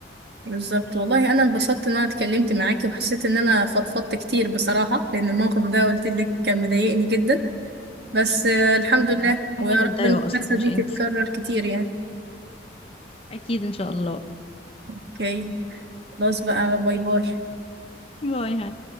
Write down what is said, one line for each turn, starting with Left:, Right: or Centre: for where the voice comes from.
Right: بالظبط والله انا انبسطت ان انا اتكلمت معاكي وحسيت ان انا فضفضت كتير بصراحة لان الموقف ده قلت لك كان مضايقني جدا بس آه، الحمد
Left: لا يعني
Right: لله
Left: هما
Right: ويا
Left: اللي
Right: رب
Left: اتضايقوا
Right: المحادثة
Left: اصلا مش
Right: دي
Left: انت
Right: تتكرر كتير يعني
Left: اكيد ان شاء الله
Right: اوكي خلاص بقى باي باي
Left: باي هاي.